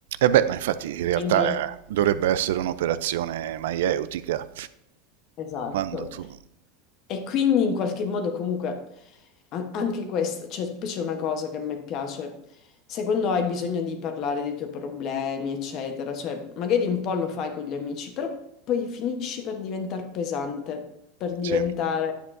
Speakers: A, on the right (about 80°); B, on the left (about 35°).
A: beh, ma infatti in realtà
B: Quindi
A: eh, dovrebbe essere un'operazione maieutica,
B: Esatto.
A: quando tu...
B: E quindi in qualche modo comunque a- anche questo, cioè poi c'è una cosa che a me piace, se quando hai bisogno di parlare dei tuoi problemi, eccetera, cioè magari un po' lo fai con gli amici, però poi finisci per diventare pesante, per diventare
A: Sì.